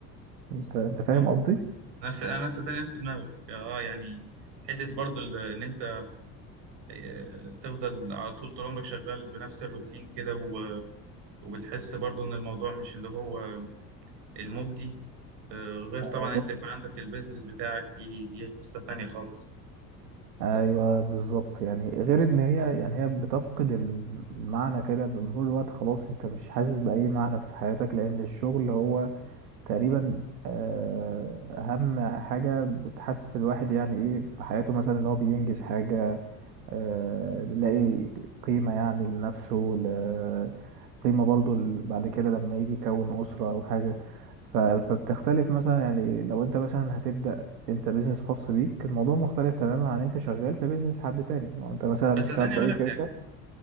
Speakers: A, on the right; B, on the right.
A: انت انت فاهم
B: اه
A: قصدي
B: نفس انا صدقني نفس دماغك اه يعني حته برضو ال- ان انت آه، تفضل على طول طول عمرك شغال بنفس الروتين كده و- وبتحس برضو ان الموضوع مش اللي هو المجدي آه، غير طبعا
A: ايوه
B: انت يكون عندك البيزنس بتاعك دي دي قصه تانية خالص
A: ايوه بالظبط يعني غير ان هي يعني هي بتفقد المعنى كده بمرور الوقت خلاص انت مش حاسس باي معنى في حياتك لان الشغل هو تقريبا آه، اهم حاجه بتحسس الواحد يعني ايه في حياته مثلا ان هو بينجز حاجه آه، بيلاقي قيمة يعني لنفسه ل- قيمة برضو ل- بعد كده لما يجي يكون أسرة أو حاجة ف- فبتختلف مثلا يعني لو أنت مثلا هتبدأ أنت بيزنس خاص بيك الموضوع مختلف تماما عن أنت شغال في بيزنس حد تاني ما هو أنت مثلا مش
B: بس صدقني
A: شغال في
B: اقول
A: أي
B: لك
A: شركة
B: حاجه